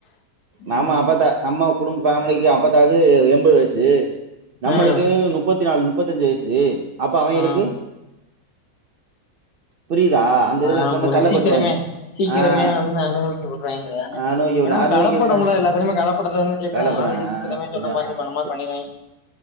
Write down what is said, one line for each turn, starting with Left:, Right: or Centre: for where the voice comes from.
Right: நம்ம
Left: ம்
Right: அப நம்ம குடும் ஃபேமிலிகே அப் பத்தாக் எம்பது வயசு நம்மளுக்கு
Left: ஆ
Right: முப்பத்தி நாலு முப்பத்தஞ்சி வயசு அப்ப அவிங்கேளுக்கு
Left: ஆ
Right: புரியுதா அந்த இதுல
Left: ஆம்
Right: கொண்டு
Left: கொஞ்ச
Right: தள்ளப்பட்டுருவாங்க
Left: சீக்கிரமே சீக்கிரமே
Right: ஆஹ்
Left: அந்த அளவுக்கு விடரைங்கே
Right: ஆரோக்கியம்
Left: ஏனா
Right: ஆரோக்கியம்னா
Left: கலப்படம்லா எல்லாத்துலமே கலப்படத்த வந்து கேக்குறாங்கே
Right: கலப்பனா
Left: ஆளுக் சீக்கிரமே
Right: அதுதான்
Left: சொன்ன மாரி
Right: அதான்
Left: பண்ண
Right: கரெக்ட்
Left: மாரி பண்ணிருவேங்கே